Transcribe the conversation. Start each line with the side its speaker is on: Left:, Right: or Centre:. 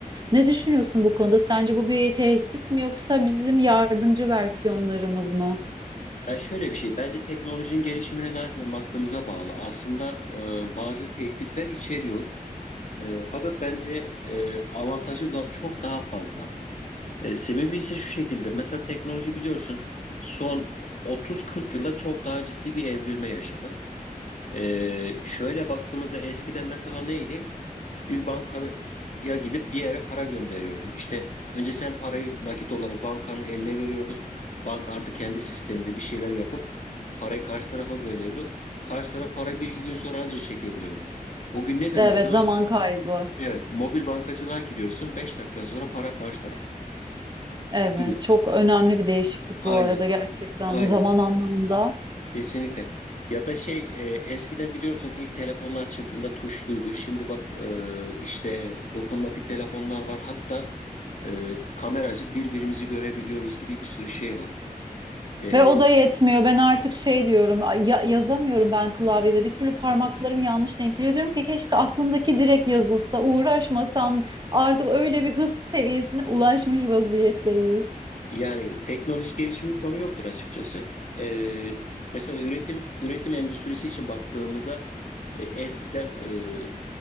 Right: ne düşünüyorsun bu konuda? Sence bu bir tehdit mi yoksa bizim yardımcı versiyonlarımız mı?
Left: Ya şöyle bir şey. Bence teknolojinin gelişimine nereden baktığımıza bağlı. Aslında e, bazı tehditler içeriyor. E, fakat bence e, avantajı da çok daha fazla. E, sebebi ise şu şekilde. Mesela teknoloji biliyorsun son 30-40 yılda çok daha ciddi bir evrilme yaşadı. Ee, şöyle baktığımızda eskiden mesela neydi? Bir bankaya gidip bir yere para gönderiyordun. İşte önce sen parayı nakit olarak bankanın eline veriyordun. Banka artık kendi sisteminde bir şeyler yapıp parayı karşı tarafa gönderiyordu. Karşı taraf parayı bir iki gün sonra ancak çekebiliyordu. Bugün nedir
Right: Evet,
Left: mesela?
Right: zaman kaybı.
Left: Evet, mobil bankacılığa giriyorsun. beş dakika sonra para karşı tarafta.
Right: Evet,
Left: Giriyor.
Right: çok önemli bir değişiklik
Left: Aynen,
Right: bu arada gerçekten
Left: aynen.
Right: zaman anlamında.
Left: Kesinlikle. Ya da şey e, eskiden biliyorsun ilk telefonlar çıktığında tuşluydu. Şimdi bak e, işte dokunmatik telefonlar var. Hatta e, kameracı birbirimizi görebiliyoruz gibi bir sürü şey var. E,
Right: Ve o da yetmiyor. Ben artık şey diyorum, "Ay, ya- yazamıyorum ben klavyede. Bir türlü parmaklarım yanlış denk geliyor. Diyorum ki keşke aklımdaki direkt yazılsa, uğraşmasam. Artık öyle bir hız seviyesine ulaşmış vaziyetteyiz.
Left: yani teknolojik gelişimin sonu yoktur açıkçası. E, mesela üretim üretim endüstrisi için baktığımızda e, eskiden e,